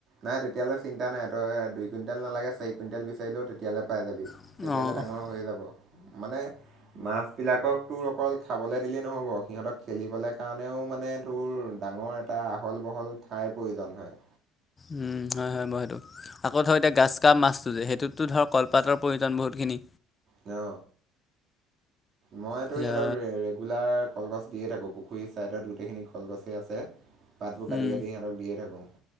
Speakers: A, on the right; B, on the left.
A: নাই তেতিয়ালৈ চিন্তা নাই, তই দুই কুইণ্টেল নালাগে চাৰি কুইণ্টেল বিচাৰিলেও তেতিয়ালৈ পাই যাবি।
B: অঁ
A: তেতিয়াললে
B: নহ'ব
A: ডাঙৰ হৈয়ে যাব। মানে মাছ বিলাকক তোৰ অকল খাবলে দিলেই নহ'ব সিহঁতক খেলিবলৈ কাৰণেও মানে, তোৰ ডাঙৰ এটা আহল-বহল ঠাইৰ প্ৰয়োজন হয়।
B: উম হয় হয় বাৰু সেইটো। আকৌ ধৰ এতিয়া গাজ কাপ মাছটো যে সেইটোতো ধৰ কলপাতৰ প্ৰয়োজন বহুতখিনি
A: অ। মইতো
B: এতিয়া
A: সিহঁতক ৰেগুলাৰ কলগছ দিয়ে থাকো। পুখুৰীৰ চাইডত গোটেইখিনি কলগছে আছে। পাতটো
B: উম
A: কাটি কাটি সিহঁতক দিয়ে থাকো।